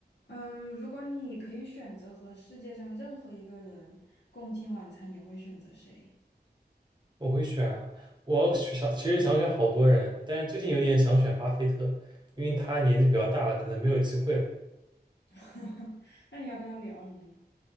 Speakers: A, on the left (about 80°); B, on the right (about 25°).
A: 嗯，如果你可以选择和世界上任何一个人共进晚餐，你会选择谁？
B: 我会选啊，我想其实想选好多人，但是最近有点想选巴菲特，因为他年纪比较大了，可能没有机会了。
A: <laughs> 那你要跟他聊什么呢？